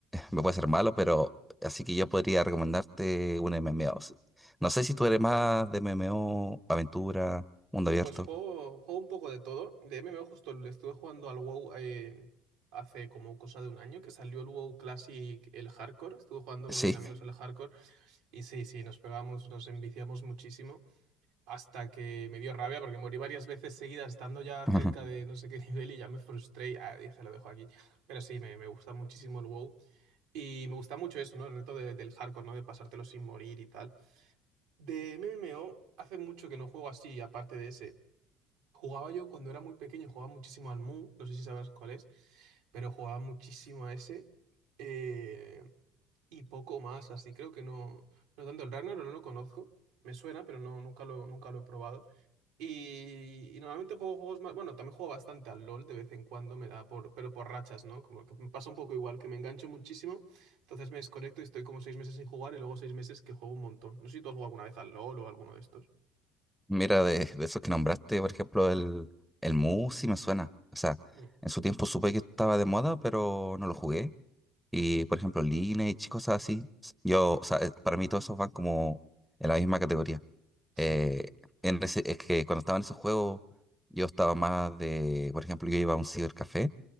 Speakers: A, in the centre; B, on the right (about 80°).
A: me puede ser malo, pero así que yo podría recomendarte un MMO. No sé si tú eres más de MMO, aventura, mundo abierto.
B: Pues juego, juego un poco de todo. De MMO justo le estuve jugando al WoW eh, hace como cosa de un año, que salió el WoW Classic, el Hardcore. Estuve jugando con
A: Sí.
B: mis amigos al Hardcore y sí, sí, nos pegamos, nos enviciamos muchísimo hasta que me dio rabia porque morí varias veces seguidas estando ya
A: <laughs>
B: cerca de no sé qué <laughs> nivel y ya me frustré y ah, dije, lo dejo aquí. Pero sí, me, me gusta muchísimo el WoW. Y me gusta mucho eso, ¿no? El reto de- del hardcore, ¿no? De pasártelo sin morir y tal. De MMO, hace mucho que no juego así, aparte de ese. Jugaba yo cuando era muy pequeño, jugaba muchísimo al Mu, no sé si sabrás cuál es, pero jugaba muchísimo a ese eh, y poco más, así creo que no, no tanto el Ragnarok, no lo conozco, me suena, pero no, nunca lo, nunca lo he probado. Y, y normalmente juego juegos más, bueno, también juego bastante al LOL de vez en cuando, me da por, pero por rachas, ¿no? Como que me pasa un poco igual, que me engancho muchísimo, entonces me desconecto y estoy como seis meses sin jugar y luego seis meses que juego un montón. No sé si tú has jugado alguna vez al LOL o alguno de estos.
A: Mira, de, de esos que nombraste, por ejemplo, el, el Mu sí me suena. O sea,
B: Mm,
A: en su tiempo supe que estaba de moda, pero no lo jugué. Y, por ejemplo, Lineage y cosas así. Yo, o sea, eh, para mí todos esos van como en la misma categoría.
B: Sí.
A: Eh, en ese- es que cuando estaba en esos juegos, yo estaba más de, por ejemplo, yo iba a un cibercafé